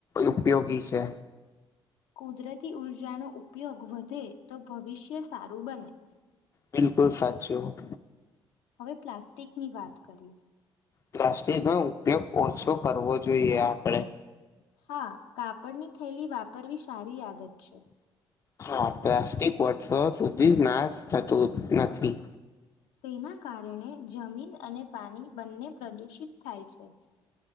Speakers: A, on the left; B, on the left.
A: ઉપયોગી છે.
B: કુદરતી ઊર્જાનો, ઉપયોગ વધે તો ભવિષ્ય સારું બને
A: બિલકુલ સાચું
B: હવે, પ્લાસ્ટિકની વાત કરીએ
A: પ્લાસ્ટિકનો ઉપયોગ ઓછું કરવો જોઈએ, આપડણે
B: હા, કાપડની થેલી વાપરવી સારી આદ છે.
A: હા, પ્લાસ્ટિક વર્ષો સુધી નાશ થતું, નથી.
B: તેના કારણે જમીન, અને પાણી બંને પ્રદૂષિત થાય છે.